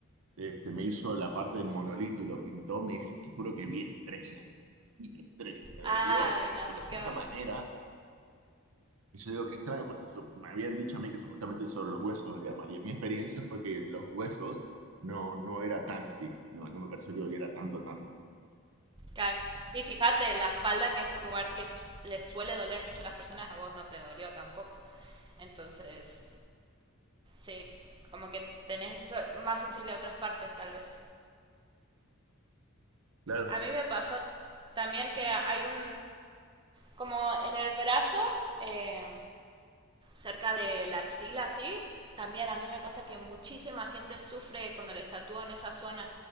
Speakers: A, on the right (about 75°); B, on the right (about 20°).
A: este, me hizo la parte del monolito y lo pintó, me hizo- te juro que vi estrellas, vi estrellas, me
B: Ay,
A: dolió,
B: no,
A: pero es
B: qué
A: una
B: horror.
A: manera. Y yo digo que extraño, porque su- me habían dicho a mí que supuestamente solo los huesos dolían mal. Y en mi experiencia fue que los huesos no, no era tan así. No, no me pareció que doliera tanto, tanto.
B: Claro. Y fíjate, la espalda, que es un lugar que su- les suele doler mucho a las personas, a vos no te dolió tampoco. Entonces, sí, como que tenés so- más sensible a otras partes, tal vez.
A: Claro.
B: A mí me pasó también que hay un, como en el brazo, eh, cerca de la axila, ¿sí? También a mí me pasa que muchísima gente sufre cuando les tatúo en esa zona.